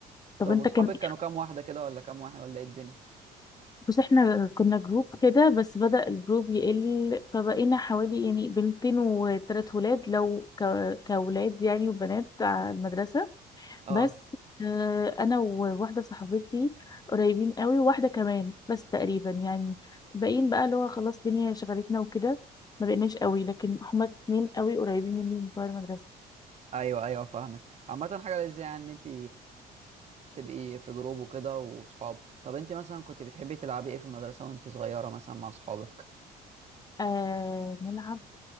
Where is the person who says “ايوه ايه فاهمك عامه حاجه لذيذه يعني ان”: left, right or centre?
Right